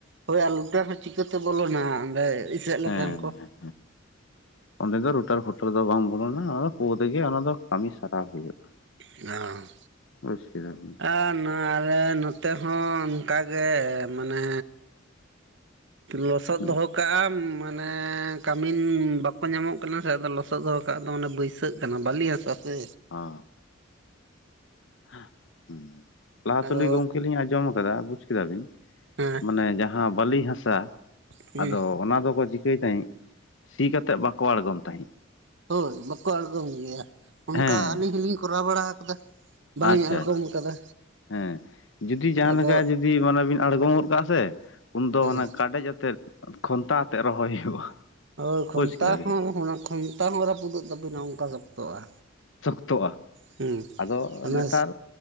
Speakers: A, on the right; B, on the left.
A: ᱦᱳᱭ ᱟᱨ ᱞᱩᱴᱟᱹ ᱦᱚᱸ ᱪᱤᱠᱟᱹᱛᱮ ᱵᱚᱞᱚᱱᱟ ᱚᱸᱰᱮ ᱤᱥᱟᱹᱜ
B: ᱦᱮᱸ
A: ᱞᱮᱠᱷᱟᱱ ᱠᱚ
B: ᱦᱮᱸ᱾ ᱚᱸᱰᱮ ᱫᱚ ᱨᱩᱴᱟᱨ ᱯᱷᱩᱴᱟᱨ ᱫᱚ ᱵᱟᱝ ᱵᱚᱞᱚᱱᱟ ᱚᱱᱟ ᱯᱳ ᱛᱮᱜᱮ ᱚᱱᱟ ᱫᱚ ᱠᱟᱹᱢᱤ ᱥᱟᱨᱟᱣ ᱦᱩᱭᱩᱜᱼᱟ
A: ᱚ
B: ᱵᱩᱡᱠᱮᱫᱟᱢ
A: ᱟᱨ ᱱᱚ ᱟᱞᱮ ᱱᱚᱛᱮ ᱦᱚᱸ ᱚᱱᱠᱟᱜᱮ ᱢᱟᱱᱮ ᱞᱚᱥᱚᱫ
B: ᱦᱩᱸ
A: ᱫᱚᱦᱚ ᱠᱟᱜᱼᱟᱢ ᱢᱟᱱᱮ ᱠᱟᱹᱢᱤᱱ ᱵᱟᱠᱚ ᱧᱟᱢᱚᱜ ᱠᱟᱱᱟ ᱥᱮ ᱟᱫᱚ ᱞᱚᱥᱚᱫ ᱫᱚᱦᱚ ᱠᱟᱜ ᱫᱚ ᱢᱟᱱᱮ ᱵᱟᱹᱭᱥᱟᱹᱜ ᱠᱟᱱᱟ ᱵᱟᱹᱞᱤ ᱦᱟᱥᱟ ᱥᱮ
B: ᱚ ᱦᱚᱸ <unintelligible> ᱞᱟᱦᱟ
A: ᱟᱫᱚ
B: ᱛᱮᱞᱤ ᱜᱚᱢᱠᱮ ᱞᱤᱧ ᱟᱸᱡᱚᱢᱟ <unintelligible> ᱵᱩᱡ ᱠᱮᱫᱟ ᱵᱤᱱ
A: ᱦᱮᱸ
B: ᱢᱟᱱᱮ ᱡᱟᱦᱟᱸ ᱵᱟᱹᱞᱤ ᱦᱟᱥᱟ
A: ᱦᱮᱸ
B: ᱟᱫᱚ ᱚᱱᱟ ᱫᱚᱠᱚ ᱪᱤᱠᱟᱹᱭ ᱛᱟᱦᱮᱸᱜ ᱥᱤ ᱠᱟᱛᱮᱜ ᱵᱟᱠᱚ ᱟᱲᱜᱚᱢ ᱛᱟᱦᱮᱸᱜ
A: ᱦᱳᱭ ᱵᱟᱠᱚ ᱟᱬᱜᱚᱢ ᱜᱮᱭᱟ ᱚᱱᱠᱟ
B: ᱦᱮᱸ
A: ᱟᱹᱞᱤᱧ ᱦᱚᱸᱞᱤᱧ ᱠᱚᱨᱟᱣ ᱵᱟᱲᱟ ᱠᱟᱫᱟ ᱵᱟᱹᱞᱤᱧ
B: ᱟᱪᱪᱷᱟ
A: ᱟᱬᱜᱚᱢ
B: ᱟᱪᱪᱷᱟ
A: ᱟᱠᱟᱫᱟ
B: ᱦᱮᱸ ᱡᱩᱫᱤ ᱡᱟᱦᱟᱸ
A: ᱟᱫᱚ
B: ᱞᱮᱠᱟ ᱡᱩᱫᱤ ᱢᱟᱱᱮ ᱵᱤᱱ ᱟᱬᱜᱚᱢ ᱜᱚᱫ ᱠᱟᱜᱼᱟ ᱥᱮ ᱩᱱᱫᱚ
A: ᱦᱮᱸ
B: ᱦᱟᱱᱮ ᱠᱟᱰᱮᱡ ᱟᱛᱮᱫ ᱠᱷᱚᱱᱛᱟ ᱟᱛᱮᱜ ᱨᱚᱦᱚᱭ ᱦᱩᱭᱩᱜᱼᱟ
A: ᱦᱳᱭ ᱠᱷᱚᱱᱛᱟ
B: ᱵᱩᱡᱽ ᱠᱮᱫᱟ ᱵᱤᱱ
A: ᱦᱚᱸ ᱚᱱᱟ ᱠᱷᱚᱱᱛᱟ ᱦᱚᱸ ᱨᱟᱹᱯᱩᱫᱚᱜ ᱛᱟᱵᱤᱱᱟ ᱚᱱᱠᱟ ᱥᱚᱠᱛᱚᱜᱼᱟ
B: ᱥᱚᱠᱛᱚᱜᱼᱟ
A: ᱦᱮᱸ
B: ᱟᱫᱚ
A: ᱚᱱᱟ
B: ᱱᱮᱛᱟᱨ